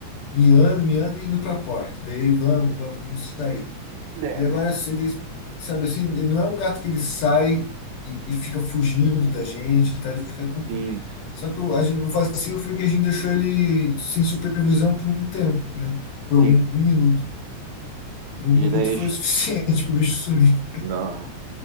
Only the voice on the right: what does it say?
É,
cara.
Sim,
sim.
Que
daí.
j-
Não.